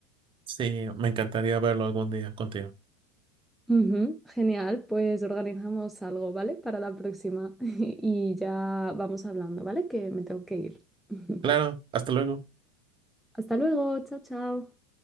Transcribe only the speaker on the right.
Sí, me encantaría verlo algún día contigo.
Claro, hasta luego.